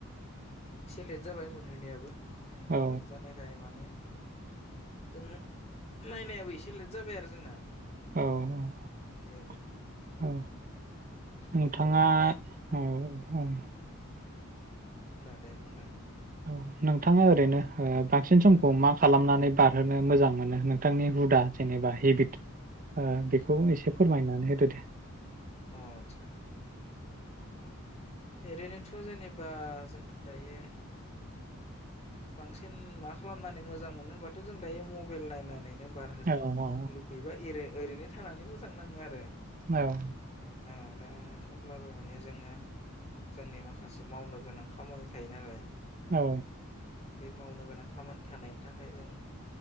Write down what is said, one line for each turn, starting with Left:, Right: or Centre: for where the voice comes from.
Left: इसे लेट जाबाय मोनहैनायाबो। मोनहैनाया
Right: औ
Left: लेट जानायखाय माने जोङो नायनायाबो इसे लेट जाबाय आरो जोंना
Right: औ औ
Left: बिदि आरो ओमफ्राय
Right: औ
Left: थेवब्लाबो
Right: नोंथाङा
Left: माने ओं
Right: औ औ
Left: ना दे बुंलाय।
Right: औ नोंथाङा ओरैनो ओ बांसिन समखौ
Left: औ
Right: मा खालामनानै बारहोनो मोजां मोनो नोंथांनि हुदा जेनेबा हेबिट ओ बेखौ इसे फोरमायनानै होदो दे
Left: अ आदसा एरैनोथ जेनेबा जोंथ दायो बांसिन मा खालामनानै मोजां मोनो होनबाथ जों दायो मबेइल नायनानैनो बारहोनो
Right: औ औ
Left: लुगैबा एरे ओरैनो थानानै मोजां नाङो आरो
Right: औ
Left: औ दा थेवब्लाबो माने जोङो जोंनि माखासे मावनो गोनां खामानि थायो नालाय
Right: औ
Left: बै मावनो गोनां खामानि थानायनि थाखाय जों